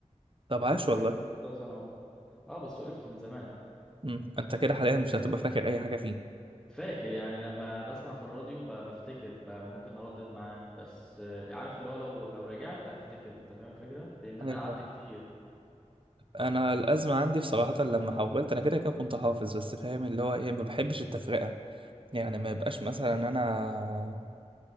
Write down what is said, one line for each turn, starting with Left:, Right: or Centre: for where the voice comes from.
Right: طب
Centre: وصلت
Right: عاش
Centre: ك-
Right: والله
Centre: كنت في اولى ثانوي اه بس وقفت من زمان
Right: امم انت كده
Centre: انا
Right: حاليا
Centre: من
Right: مش هتبقى فاكر اي حاجة فيه
Centre: فاكر يعني لما بسمع في الراديو ب- بفتكر ب- ممكن اردد معاه بس آه، عارف اللي هو لو لو رجعت هفتكر انت فاهم الفكره لان انا
Right: أيوة
Centre: قعدت
Right: فاهم.
Centre: كتير
Right: انا الازمه عندي بصراحه لما حولت انا كده كده كنت حافظ بس فاهم اللي هو ايه ما بحبش التفرقه يعني ما يبقاش مثلا انا